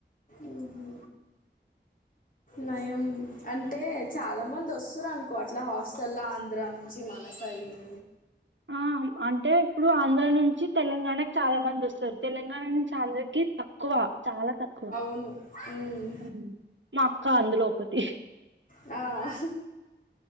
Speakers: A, on the left; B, on the right.
A: ఉహు నయం అంటే చాలా మంది వొస్ స్తురు అనుకో అట్లా హాస్టల్ల ఆంధ్రా నుంచి మన సైడు
B: ఆ అంటే ఇప్పుడు ఆంధ్ర నుంచి తెలంగాణకి చాలా మంది వస్తారు తెలంగాణ నుంచి ఆంధ్రకి కి తక్కువ చాలా తక్కువ
A: అవును మ్మ్.
B: హుమ్ మా అక్క అందులో ఒకతి
A: ఆ